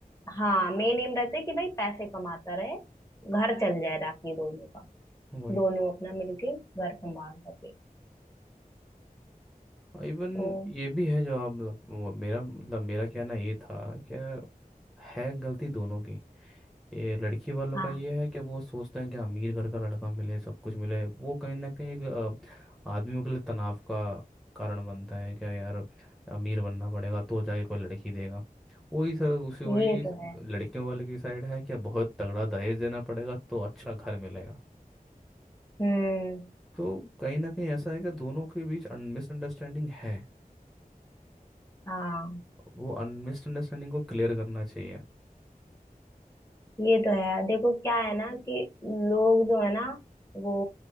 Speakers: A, on the left (about 20°); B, in the centre.
A: हाँ मेन एम रहता है कि भाई पैसे कमाता रहे घर चल जाए राखी दोनों का
B: वही
A: दोनों अपना मिलके घर संभाल सके
B: इवन
A: तो
B: ये भी है जो आप मतलब वो मेरा मतलब मेरा कहना ये था कि है गलती दोनों की ये लड़की वालों
A: हाँ
B: का ये है कि वो सोचते हैं कि अमीर घर का लड़का मिले सब कुछ मिले वो कहीं ना कहीं एक अ, आदमियों के लिए तनाव का कारण बनता है क्या यार अमीर बनना पड़ेगा तो जाके कोई लड़की देगा वही सर उसी वही
A: ये तो है
B: लड़कियों वाले की साइड है क्या बहुत तगड़ा दहेज देना पड़ेगा तो अच्छा घर मिलेगा
A: हम्म
B: तो कहीं ना कहीं ऐसा है कि दोनों के बीच मिसअंडरस्टैंडिंग है
A: हाँ
B: वो मिसअंडरस्टैंडिंग को क्लियर करना चाहिए
A: ये तो है देखो क्या है ना कि लोग जो है ना वो